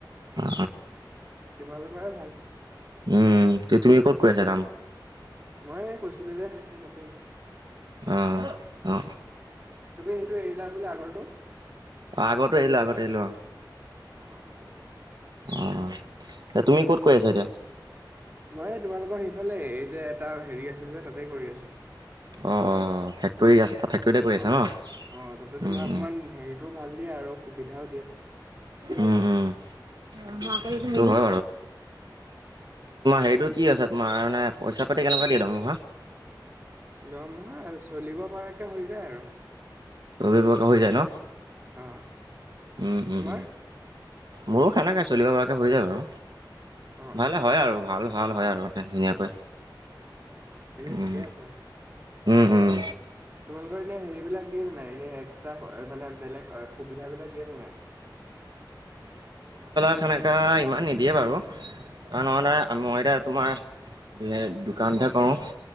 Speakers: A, on the right; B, on the right.
A: অ অ
B: তোমালোকৰে ভাল।
A: উম, এতিয়া তুমি ক'ত কৰি আছা কাম?
B: মই কৈছিলো যে সেই তাতেই।
A: আহ অহঁ।
B: তুমি সেইটো এৰিলা বোলে আগৰটো।
A: অ আগতো এৰিলো আগতো এৰিলোঁ অহঁ।
B: অহঁ অহঁ।
A: অহঁ এতিয়া তুমি ক'ত কৰি আছা এতিয়া।
B: মই তোমালোকৰ সিফালে এই যে এটা হেৰি আছে যে, তাতেই কৰি আছো।
A: অঁ অ ফেক্টৰী আছে ফেক্টৰীতে কৰি আছে
B: অ
A: নহঁ
B: অ তাতে তোমাৰ
A: ওম
B: অকমান
A: ওম।
B: হেৰিটো ভাল দিয়ে আৰু সুবিধাও দিয়ে।
A: উম উম। সটো হয় বাৰু তোমাৰ হেৰিতটো কি আছে তোমাৰ মানে পইচা পাতি কেনেকুৱা দি। দৰমহা।
B: দৰমহা চলিব পৰালৈকে হৈ যায় আৰু।
A: চলিব পৰাকৈ হৈ যায় ন।
B: অ
A: উম উম
B: তোমাৰ।
A: উম মোৰো সেনেকে চলিব পৰাকে হৈ যায় বাৰু
B: অ
A: ভালে
B: অ
A: হয় আৰু ভাল। ভাল হয় আৰু মানে ধুনীয়াকৈ।
B: অ ঠিকে
A: উম
B: আছে।
A: উম উম।
B: তোমালোকৰ এনে হেৰিবিলাক দিয়ে নাই এনে এক্। মানে বেলেগ সুবিধা বিলাক দিয়ে নে নাই।
A: সনেুৱা ইমান নিদিয়ে বাৰু কাৰণ
B: অ
A: এ মই এতিাত। তোমাৰ দোকানহে কৰোঁ।